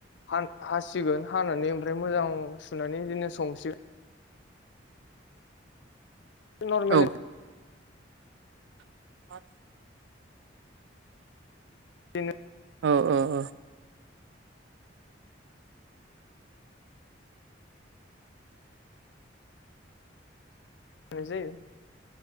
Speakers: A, on the left; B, on the right.
A: हान हासिगोन हानानै ओमफ्राय मोजां सुनानै बिदिनो संसिगोन। नर्मेल।
B: औ <unintelligible>
A: बिदिनो।
B: औ-औ-औ।
A: नाय जायो।